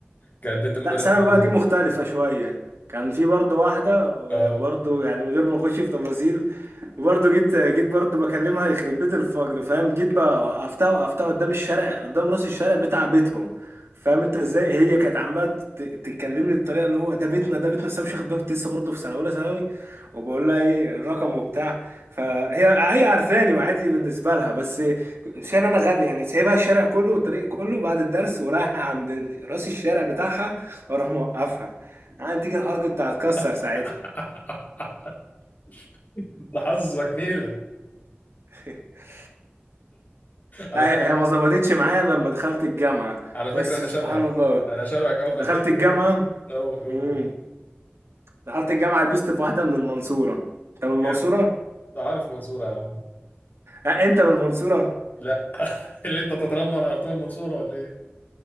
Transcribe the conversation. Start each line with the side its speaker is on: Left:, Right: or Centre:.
Left: كانت بنت مدرس
Right: لا ثانوي
Left: انجليزي
Right: بقى دي مختلفة شوية كان في برضه واحدة آه،
Left: اه
Right: برضه يعني من غير ما اخش في تفاصيل وبرضه جيت جيت برضه بكلمها يخرب بيت الفجر فاهم جيت بقى وقفتها وقفتها قدام الشارع قدام راس الشارع بتاع بيتهم فاهم انت ازاي هي كانت عماله ت- تتكلمني بالطريقه اللي هو ده بيتنا ده بيتنا بس أنا مش واخد بالي كنت لسه برضه في سنه اولى ثانوي وبقول لها ايه الرقم وبتاع فهي هي عارفاني وعادي بالنسبه لها بس مش انا انا غبي يعني سايبها الشارع كله والطريق كله بعد الدرس ورايح عند راس الشارع بتاعها واروح موقفها عندي الحركه كنت هتكسر
Left: <laughs>
Right: ساعتها
Left: انت حظك نيله
Right: <laughs>
Left: على
Right: لا،
Left: فكره
Right: هي هي ما ظبطتش معايا لما دخلت الجامعة
Left: على فكره
Right: بس
Left: انا
Right: سبحان
Left: شبهك
Right: الله
Left: انا شبهك قوي في
Right: دخلت
Left: الحته
Right: الجامعة
Left: دي قوي قوي
Right: امم
Left: قوي
Right: دخلت الجامعة لبست في واحدة من المنصورة انت من
Left: جامد
Right: المنصورة؟
Left: انت عارف المنصوره يا عم
Right: أه انت من المنصورة؟
Left: لا <laughs> اللي انت تتنمر على طول المنصوره ولا ايه